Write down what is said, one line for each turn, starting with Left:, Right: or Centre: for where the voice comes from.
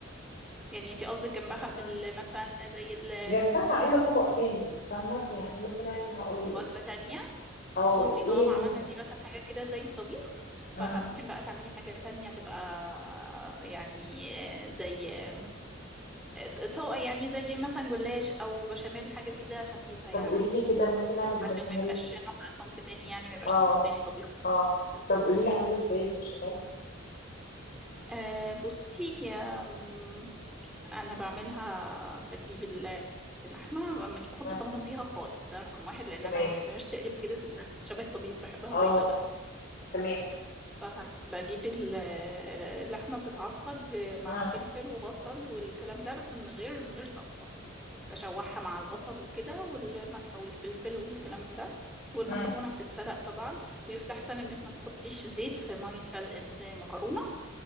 Centre: يعني انتي قصدك جنبها في
Left: مم.
Centre: ال- مثلا زي ال-
Left: جنبها عايزة طبق تاني انت فاهمة يعني مثلا هقول
Centre: وجبة
Left: لك
Centre: تانية
Left: اه
Centre: بصي
Left: ايه
Centre: طالما
Left: ممكن
Centre: عملنا دي مثلا حاجة كده زي الطبيخ
Left: مم.
Centre: فممكن بقى تعملي حاجة تانية تبقى يعني آه، زي آه، طبقة يعني زي مثلا جلاش أو بشاميل حاجة كده خفيفة يعني
Left: طب قولي لي كده ممكن اعمل البشاميل
Centre: عشان ما يبقاش نوع صنف تاني يعني ما يبقاش
Left: اه
Centre: صنف تاني طبيخ
Left: اه طب قولي لي اعمله ازاي البشاميل
Centre: أه بصي آم، أنا بعملها بجيب ال- اللحمة مش بحط
Left: مم.
Centre: طماطم فيها خالص ده رقم واحد لأن
Left: تمام
Centre: أنا ما بحبهاش تقلب كده تبقى شبه طبيخ بحبها
Left: اه
Centre: بيضة بس
Left: تمام
Centre: فبجيب ال- اللحمة بتتعصج مع
Left: مم.
Centre: فلفل وبصل والكلام ده بس من غير من غير صلصة بشوحها مع البصل وكده والملح والفلفل والكلام ده والمكرونة
Left: مم.
Centre: بتتسلق طبعا ويستحسن انك ما تحطيش زيت في مية سلق المكرونة